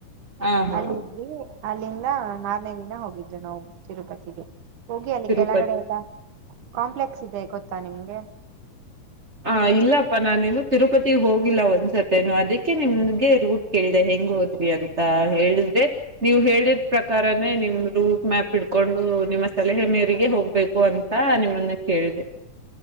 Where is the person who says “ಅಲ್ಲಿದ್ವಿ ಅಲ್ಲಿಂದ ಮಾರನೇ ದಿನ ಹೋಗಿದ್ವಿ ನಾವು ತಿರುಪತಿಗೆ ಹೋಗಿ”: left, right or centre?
Right